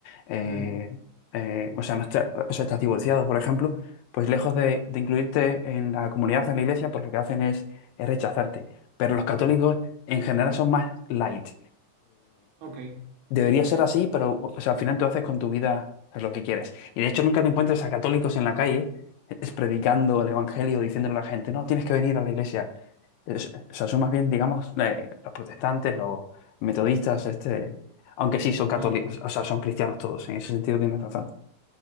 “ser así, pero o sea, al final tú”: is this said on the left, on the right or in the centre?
Left